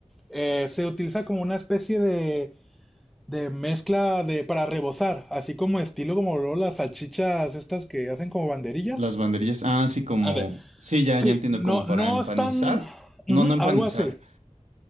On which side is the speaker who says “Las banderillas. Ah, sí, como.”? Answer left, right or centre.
Right